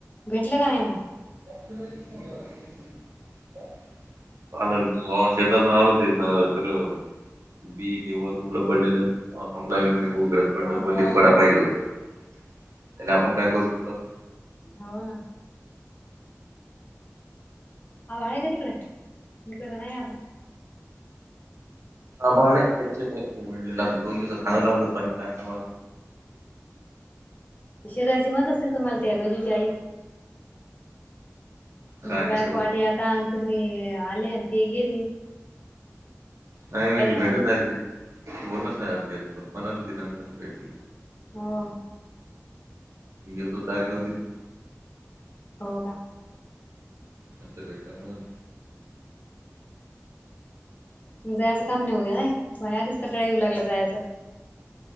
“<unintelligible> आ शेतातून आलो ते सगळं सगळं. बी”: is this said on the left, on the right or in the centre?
Right